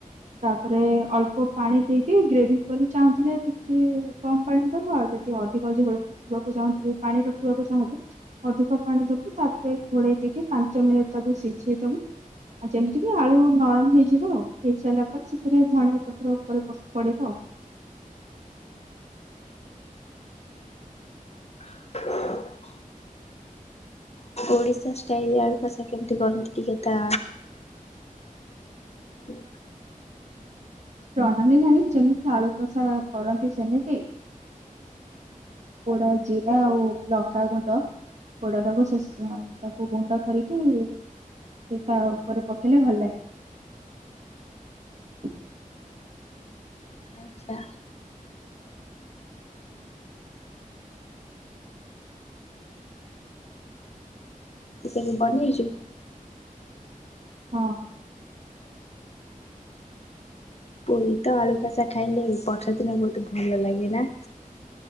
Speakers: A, on the right; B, on the left.
A: ତାପରେ ଅଳ୍ପ ପାଣି ଦେଇକି ଗ୍ରେଭି କରି ଚାହୁଁଥିଲେ ଟିକେ କମ ପାଣି ଦବ। ଯଦି ଅଧିକ ଝୋଳ ରଖିବାକୁ ଚାହୁଁଥିବ ପାଣି ରଖିବାକୁ ଚାହୁଁବୁ ଅଧିକ ପାଣି ଦବୁ ତାପରେ ଘୋଳେଇ ଦେଇକି ପାଞ୍ଚ ମିନିଟ୍ ତାକୁ ସିଝେଇଦବୁ। ଆଉ ଯେମିତି କି ଆଳୁ ନରମ ହେଇଯିବ ହେଇସାରିଲା ସେଥିରେ ଧନିଆ ପତ୍ର ଉପରେ ପ ପଡିବ।
B: ହ ଓଡିଶା ଷ୍ଟାଇଲ ରେ ଆଳୁ କଷା କେମିତି କରନ୍ତି ଟିକେ ତା। <unintelligible>
A: ପ୍ରଣାଳୀ ନାଇଁ ଯେମିତି ଆଳୁ କଷା କରନ୍ତି ସେମିତି। ପୋଡା ଜିରା ଆଉ ଲଙ୍କା ଗୁଣ୍ଡ। ପୋଡା ଟାକୁ ସେ ତାକୁ ଗୁଣ୍ଡ କରିକି ସେ ତା ଉପରେ ପକେଇଲେ ଭଲ ଲାଗିବ।
B: ଆଚ୍ଛା। ସେ <unintelligible> ହେଇଛ।
A: ହଁ।
B: ପୁରୀ ତ ଆଳୁ କଷା ଖାଇଲେ ବର୍ଷା ଦିନ ବହୁତ ଭଲ ଲାଗେ ନା।